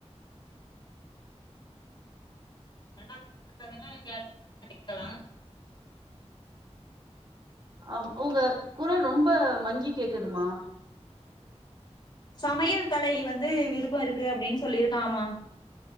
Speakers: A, on the left; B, on the right.
A: ரெண்டாவ <unintelligible> கேட்டரிங் படிக்கலா
B: ஆ உங்க குரல் ரொம்ப மங்கி கேக்குதுமா
A: சமையல் கலை வந்து விருப்ப இருக்கு அப்டின்னு சொல்லி இருக்காமா